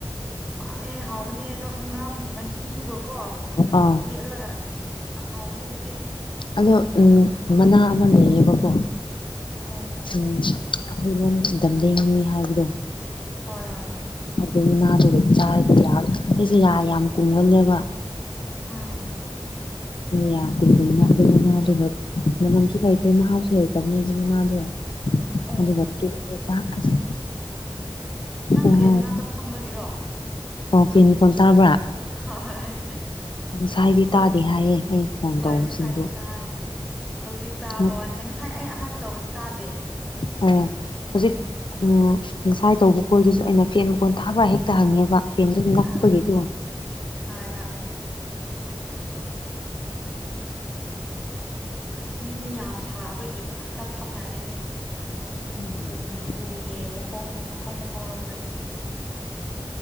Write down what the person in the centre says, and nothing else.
ꯑ ꯄꯥꯝꯃꯦ ꯍꯥꯎꯕꯅꯦ ꯑꯗꯣ ꯍꯪꯒꯥꯝꯒꯤ ꯃꯍꯤꯗꯨꯒꯀꯣ
ꯃꯦꯠꯂꯒ ꯑꯁ ꯌꯥꯝ ꯍꯥꯎꯕꯅꯦ ꯑꯗꯨꯗꯤ
ꯑꯣ
ꯍꯣꯏ ꯍꯣꯏ ꯍꯣꯏ
ꯎꯝ
ꯑꯣ
ꯅꯪ
ꯐꯦꯟ ꯃꯅꯥꯛꯇ ꯐꯝꯕꯒꯤꯔꯣ
ꯍꯣ ꯍꯣꯏ
ꯍꯨꯝ
ꯍꯣꯏ
ꯉꯁꯥꯏꯗꯤ ꯇꯥꯗꯦ ꯍꯧꯖꯤꯛ ꯇꯥꯕ
ꯋꯥꯅꯤꯗ ꯉꯁꯥꯏ ꯑꯩ ꯑꯍꯥꯟꯕ ꯇꯧꯕꯗꯤ ꯇꯥꯗꯦ
ꯑꯥ ꯍꯣꯏ ꯍꯣꯏ <inaudible> ꯑꯁ ꯃꯤ ꯌꯥꯝ ꯁꯥꯕꯒꯤ ꯃꯊꯛꯇ ꯐꯝꯅꯔꯦꯍꯦ
ꯎꯒꯤ ꯎꯒꯤ ꯃꯈꯣꯡ ꯃ ꯃꯈꯣꯡ ꯃꯈꯣꯡꯔꯣꯝꯗ